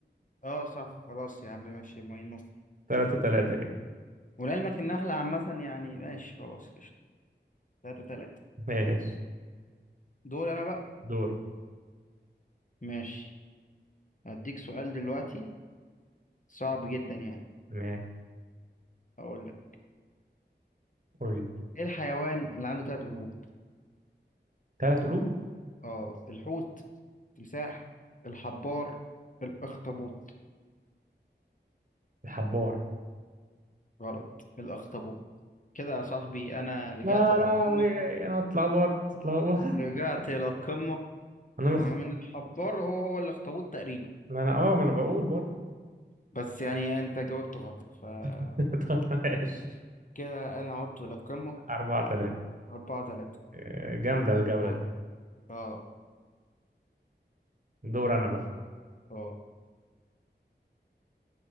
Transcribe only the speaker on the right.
ثلاثة ثلاثة <laughs> كده
ماشي
دور
ماشي
قول لي
ثلاث قلوب
الحبار
يا
لهوي انا اتلخبطت اتلخبطت
<laughs>
انا مخ...
ما انا اه ما انا بقول برضه
<laughs> طب ماشي
أربعة ثلاثة
آه، جامدة الجولة
دي
دور أنا بقى